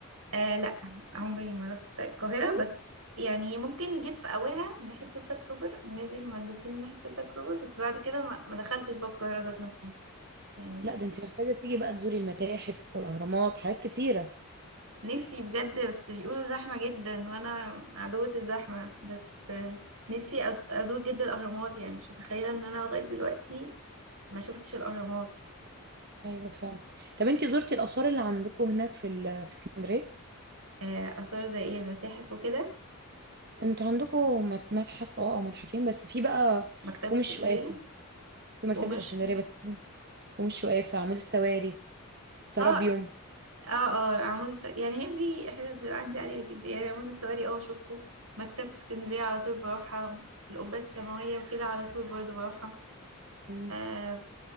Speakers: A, on the right (about 75°); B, on the right (about 45°).
A: آه لا عمري ما رحت القاهرة
B: خالص
A: بس يعني ممكن جيت في أولها من ناحية 6 أكتوبر نادي المهندسين من ناحية 6 أكتوبر بس بعد كده ما ما دخلتش بقى القاهرة ذات نفسها يعني
B: لا ده انت محتاجه تيجي بقى تزوري المتاحف والاهرامات حاجات كتيره
A: نفسي بجد بس بيقولوا زحمة جدا وانا عدوة الزحمة بس آه، نفسي أز- ازور جدا الاهرامات يعني مش متخيلة ان انا لغاية دلوقتي ما شفتش الاهرامات
B: ايوه فعلا طب انت زرتي الاثار اللي عندكم هناك في ال- في اسكندريه
A: آه، اثار زي ايه المتاحف وكده
B: انتوا عندكم مت- متحف اه او متحفين بس في بقى
A: مكتبة
B: كوم
A: اسكندرية
B: الشقافه في مكتبه
A: قمش
B: الاسكندريه بس كوم الشقافه عمود السواري السرابيوم
A: اه اه اه عمود الس... يعني هي دي حتت اللي عندي عليها جدا يعني عمود السواري اه شفته مكتبة اسكندرية على طول بروحها القبة السماوية وكده على طول برضو بروحها
B: مم.
A: آم،